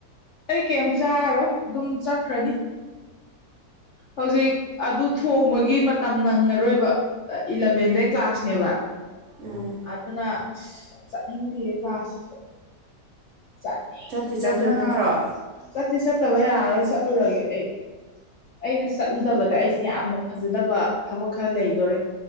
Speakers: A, on the left; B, on the right.
A: ꯑꯩ ꯀꯩ ꯆꯥꯔꯣꯏ ꯑꯗꯨꯝ ꯆꯠꯈ꯭ꯔꯅꯤ ꯍꯧꯖꯤꯛ ꯑꯗꯨ ꯊꯣꯡꯕꯒꯤ ꯃꯇꯝ ꯅꯪꯉꯔꯣꯏꯕ ꯏꯂꯚꯦꯟꯗꯩ ꯀ꯭ꯂꯥꯁꯅꯦꯕ
B: ꯎꯝ
A: ꯑꯗꯨ ꯑꯗꯨꯅ ꯍꯤꯟꯗꯤ ꯀ꯭ꯂꯥꯁ ꯆꯠꯗꯕ
B: ꯆꯠꯇꯤ ꯆꯠꯇꯣꯏ
A: ꯅ ꯉꯥ
B: ꯅꯠꯇ꯭ꯔꯣ
A: ꯆꯠꯇꯤ ꯆꯠꯇꯕ ꯌꯥꯔꯔꯣꯏ ꯆꯠꯂꯨꯔꯒꯦ ꯑꯩ ꯑꯩꯅ ꯆꯠꯂꯨꯗꯕꯗ ꯑꯩꯁꯦ ꯌꯥꯝꯅ ꯐꯖꯗꯕ ꯊꯕꯛ ꯈꯔ ꯂꯩꯗꯣꯔꯦ